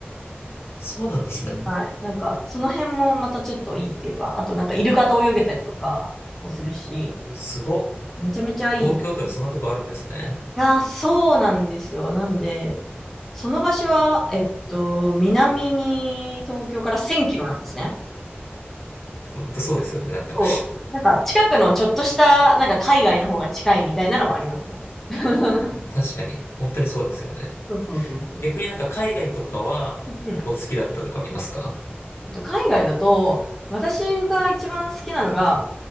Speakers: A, on the left; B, in the centre.
A: そうなんですね。
B: はい。なんか、その辺もまたちょっといいっていうか、あとなんかイルカと泳げたりとかもするし、
A: うすご
B: めちゃめちゃいい。
A: 東京都でそんなとこあるんですね。
B: いやー、そうなんですよ。なんで、その場所は、
A: え、
B: えっと、南に東京から1000キロなんですね。
A: 本当そうですよね。なんか、
B: そう。なんか近くのちょっとした、なんか海外の方が近いみたいなのはありますね。<laughs>
A: 確かに。本当にそうですよね。
B: そうそうそうそう。
A: 逆になんか海外とかは、
B: うん。
A: ここ好きだったとかありますか
B: えっと、海外だと、私が一番好きなのが、